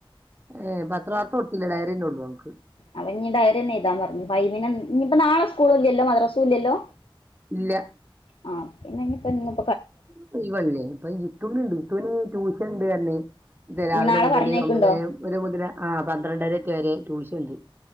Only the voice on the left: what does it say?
അത്‌ കഴിഞ്ഞ് ഡയറി തന്നെ എഴുതാൻ പറഞ്ഞു ഫൈവിന് ഇനിയിപ്പം നാളെ സ്കൂള് ഇല്ലല്ലോ മദ്രാസും ഇല്ലല്ലോ?
ആഹ് പിന്നെ അതിനുപ്പന്തിനാ
ഇനി നാളെ
പറഞ്ഞേക്കുണ്ടോ